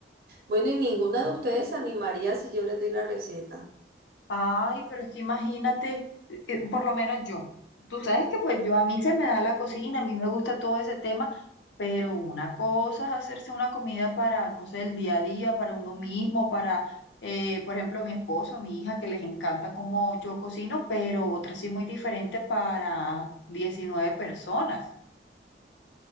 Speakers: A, on the right; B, on the left.
A: Bueno, y ninguna de ustedes se animaría si yo les doy la receta.
B: Ay, pero es que imagínate, eh, por lo menos yo. Tú sabes que pues yo a mí se me da la cocina, a mí me gusta todo ese tema, pero una cosa es hacerse una comida para, no sé, el día a día, para uno mismo, para, eh, por ejemplo, mi esposo, mi hija, que les encanta cómo yo cocino, pero otra sí muy diferente para 19 personas.